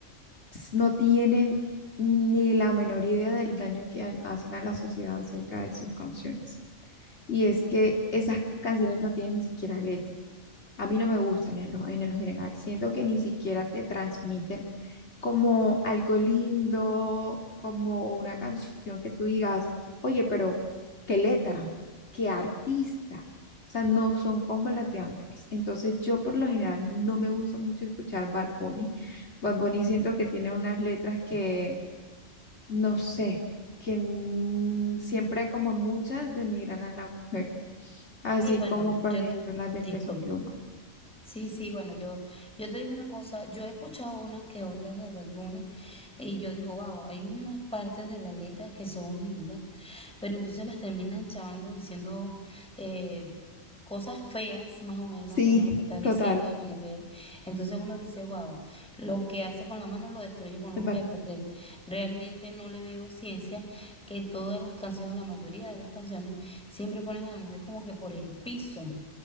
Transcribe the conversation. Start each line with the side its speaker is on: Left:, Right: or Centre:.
Left: no tienen ni la menor idea del daño que han- hacen a la sociedad acerca de sus canciones. Y es que esas canciones no tienen ni siquiera letra. A mí no me gustan en lo, en lo general. Siento que ni siquiera te transmiten como algo lindo, como una canción que tú digas, oye, pero qué letra, qué artista. O sea, no son como las de antes. Entonces, yo por lo general no me gusta mucho escuchar Bad Bunny. Bad Bunny siento que tiene unas letras que, no sé, que n- siempre como muchas denigran a la mujer. Así
Centre: Sí, bueno,
Left: como, por
Centre: yo
Left: ejemplo,
Centre: te-
Left: las de
Centre: disculpa.
Left: Peso Pluma.
Centre: Sí, sí, bueno, yo, yo te digo una cosa, yo he escuchado unas que otras de Bad Bunny y yo digo, wow, hay unas partes de las letras que son lindas, pero entonces las terminan chavando diciendo eh, cosas feas, más o menos,
Left: Sí,
Centre: como lo que estás diciendo
Left: total,
Centre: de la mujer. Entonces uno dice, wow, lo que hace con la mano lo destruye con los
Left: me parece-
Centre: pies, porque realmente no le veo ciencia que en todas las canciones, la mayoría de las canciones, siempre ponen a la mujer como que por el piso.